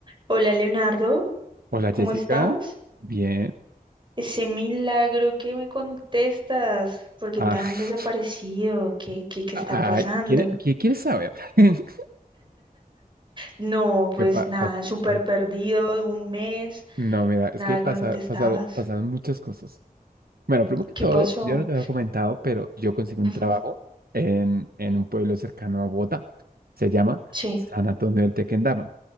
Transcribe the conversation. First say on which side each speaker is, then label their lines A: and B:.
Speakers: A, on the right (about 30°); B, on the right (about 80°).
A: Hola Leonardo,
B: Hola
A: ¿cómo
B: Jessica,
A: estás?
B: bien.
A: Ese milagro que me contestas, ¿por qué
B: Ah,
A: tan desaparecido?
B: <laughs>
A: ¿Qué, qué, qué
B: ah,
A: está pasando?
B: ¿quiere- qué quieres saber? <laughs>
A: No, pues
B: ¿Qué pa-
A: nada,
B: pas-
A: súper
B: pas-
A: perdido, un mes,
B: No, mira, es
A: nada
B: que pasa,
A: que me contestabas.
B: pasaron, pasaron muchas cosas. Bueno, primero que
A: ¿Qué
B: todo,
A: pasó?
B: yo no te había comentado, pero yo conseguí un
A: Ujú,
B: trabajo en, en un pueblo cercano a Bogotá. Se llama
A: Sí,
B: San Antonio del Tequendama.